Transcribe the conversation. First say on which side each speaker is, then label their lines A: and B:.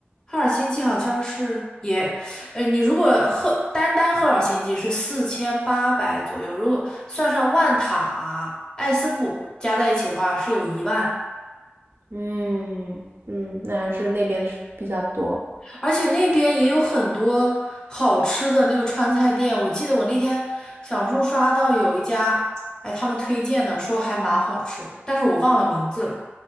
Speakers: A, on the left (about 20°); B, on the right (about 70°).
A: 赫尔辛基好像是也，呃，你如果赫单单赫尔辛基是四千八百左右，如果算上万塔啊、艾斯普加在一起的话，是有一万。
B: 嗯嗯，那还是那边是比较多。
A: 而且那边也有很多好吃的那个川菜店，我记得我那天小红书刷到有一家，哎，他们推荐的说还蛮好吃的，但是我忘了名字了。